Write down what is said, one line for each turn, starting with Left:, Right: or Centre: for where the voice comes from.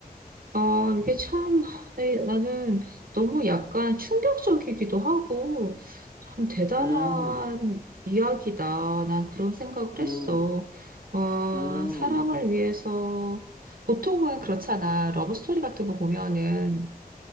Right: 아, 이게 참, 에, 나는 너무 약간 충격적이기도 하고, 참 대단한
Left: 음,
Right: 이야기다. 난 그런 생각을 했어.
Left: 음,
Right: 와,
Left: 음,
Right: 사랑을 위해서, 보통은 그렇잖아. 러브스토리 같은 거 보면은,